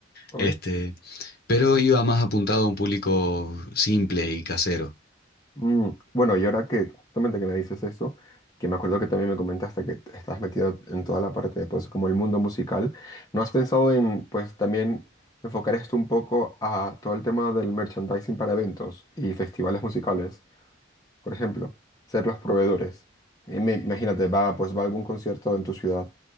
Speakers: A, on the left; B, on the left.
A: Ok.
B: Este, pero iba más apuntado a un público simple y casero.
A: Mm, bueno, y ahora que justamente que me dices esto, que me acuerdo que también me comentaste que t- estás metido en toda la parte de, pues, como el mundo musical, ¿no has pensado en, pues, también enfocar esto un poco a todo el tema del merchandising para eventos y festivales musicales? Por ejemplo, ser los proveedores. Y me- Imagínate, va, pues va a algún concierto en tu ciudad